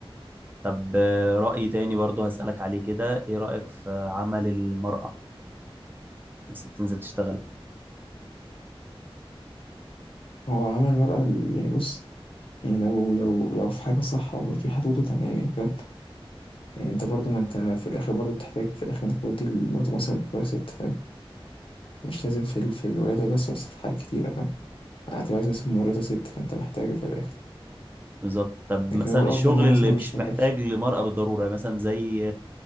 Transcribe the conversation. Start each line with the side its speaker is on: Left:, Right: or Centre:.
Right: طب آه، رأي تاني برضو هسألك عليه كده ايه رأيك في عمل المرأة الست تنزل تشتغل
Left: هو عمل المرأة ال- يعني بص يعني لو لو لو في حاجة صح ومش في حدوده تمام يعني فاهم يعني انت برضو ما انت في الاخر برضو بتحتاج في الاخر انك تودي مراتك مثلا دكتورة ست فاهم مش لازم في ال- في الولادة وبس بس في حاجات كتيرة فاهم هتبقى عايز مثلا ممرضة ست فانت محتاج في الاخر
Right: بالظبط طب
Left: لكن
Right: مثلا
Left: هو
Right: الشغل
Left: الافضل ان هي
Right: اللي
Left: مثلا ما
Right: مش
Left: تشتغلش
Right: محتاج لمرأة بالضرورة يعني مثلا زي